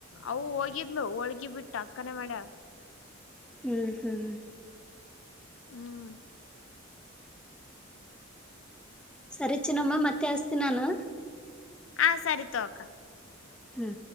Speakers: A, on the left (about 70°); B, in the centre.
A: ಅವು ಹೋಗಿದ್ಲು ಹೋಳ್ಗಿ ಬಿಟ್ಟು ಅಕ್ಕನ ಮಾಡ್ಯಾಳ.
B: ಹ್ಮ್ ಹ್ಮ್.
A: ಹ್ಮ್ <inaudible>
B: ಸರಿ ಚಿನಮ್ಮ ಮತ್ತೆ ಹಸ್ತೀ ನಾನು.
A: ಹ ಸರಿ ತೋಕ
B: ಹ್ಮ್